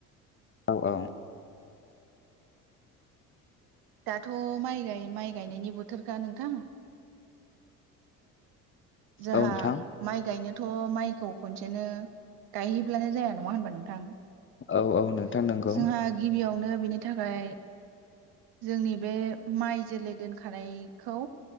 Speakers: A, on the left; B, on the right.
A: औ औ ।
B: दाथ' माइ गाय माइ गायनायनि बोथोरखा नोंथां । जोंहा
A: औ नोंथां
B: माइ गायनो थ' माइखौ खनसेनो गायहैब्लानो जाया नङा होनबा नोंथां ।
A: औ औ नोंथां नंगौ
B: जोंहा गिबियावनो बेनि थाखाय जोंनि बे माइ जोलै दोनखानायखौ